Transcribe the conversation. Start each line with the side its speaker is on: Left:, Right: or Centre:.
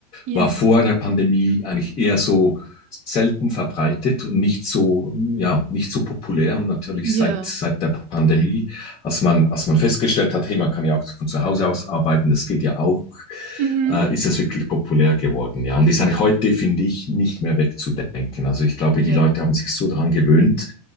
Right: Ja,
Left: War vor der Pandemie eigentlich eher so selten verbreitet und nicht so, mm, ja, nicht so populär. Und natürlich
Right: ja,
Left: seit, seit der Pandemie als man, als man festgestellt hat, hey, man kann ja auch von zu Hause aus arbeiten, das geht ja auch,
Right: mhm,
Left: äh, ist das wirklich populär geworden. Ja, und ist eigentlich heute, finde ich, nicht mehr wegzudenken. Also ich glaube,
Right: ja,
Left: die Leute haben sich so daran gewöhnt